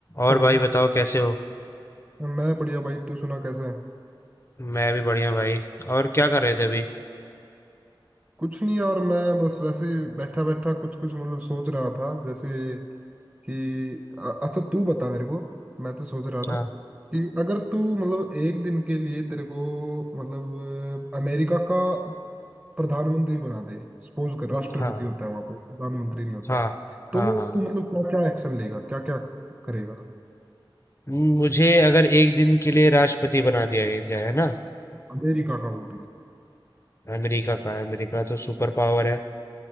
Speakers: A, on the left; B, on the right.
A: और
B: हेलो
A: भाई बताओ कैसे हो
B: मैं बढ़िया भाई तू सुना कैसा है
A: मैं भी बढ़िया भाई और क्या कर रहे थे अभी
B: कुछ नहीं यार मैं बस वैसे बैठा बैठा कुछ कुछ मतलब सोच रहा था जैसे कि अ- अच्छा तू बता मेरे को मैं तो सोच रहा था
A: हाँ
B: कि अगर तू मतलब एक दिन के लिए तेरे को मतलब अमेरिका का प्रधानमंत्री बना दे सपोज कर राष्ट्रपति
A: हाँ
B: होता है वहां पे प्रधानमंत्री नहीं होता
A: हाँ
B: तो
A: हाँ हाँ
B: तू मतलब क्या क्या एक्शन लेगा क्या क्या करेगा
A: मुझे अगर एक दिन के लिए राष्ट्रपति बना दिया गया जाए है ना
B: अमेरिका का वो भी
A: अमेरिका का अमेरिका तो सुपर पावर है